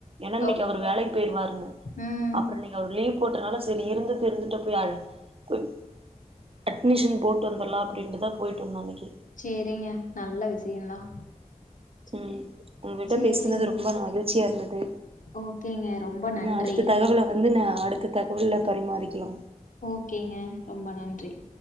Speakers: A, on the right; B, on the left.
A: ஏன்னா இன்னைக்கு
B: ஓகே
A: அவரு வேலைக்கு போயிருவாருன்
B: ம்
A: அப்றோ இன்னைக்கு அவர் லீவ் போட்டனால சரி இருந்தது இருந்துட்டோ போய் அட் போய் அட்மிஷன் போட்டு வந்தர்லா அப்டின்ட்டுதா போய்ட்டு வந்தோ இன்னைக்கு
B: சேரிங்க நல்ல விஷயந்தா சேரி
A: உம் உங்கள்ட்ட
B: சேரிங்
A: பேசுனது ரொம்ப மகிழ்ச்சியா இருந்துது
B: ஓகேங்க ரொம்ப நன்றி
A: நா அடுத்த தகவல வந்து நா அடுத்த தகவல்ல பரிமாறிக்லா
B: ஓகேங்க ரொம்ப நன்றி